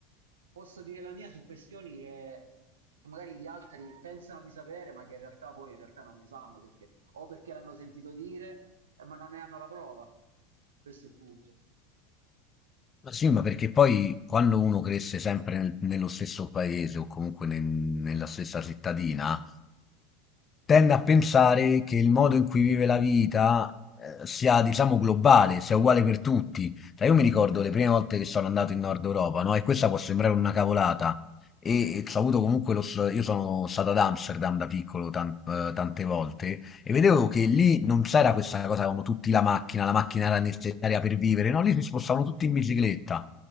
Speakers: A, on the right; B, on the left.
A: posso dire la mia su questioni che, che magari gli altri pensano di sapere, ma che in realtà poi in realtà non ne sanno perché o perché l'hanno sentito dire, eh, ma non ne hanno la prova. Questo è il punto.
B: Ma sì, ma perché poi quando uno cresce sempre nel- nello stesso paese o comunque nel- nella stessa cittadina, tende a pensare che il modo in cui vive la vita eh, sia, diciamo, globale, sia uguale per tutti. Cioè, io mi ricordo le prime volte che sono andato in Nord Europa, no? E questa può sembrare una cavolata. E, e ho avuto comunque lo, s- io sono stato ad Amsterdam da piccolo tan- eh, tante volte e vedevo che lì non c'era questa cosa, avevano tutti la macchina, la macchina era necessaria per vivere, no? Lì si spostavano tutti in bicicletta.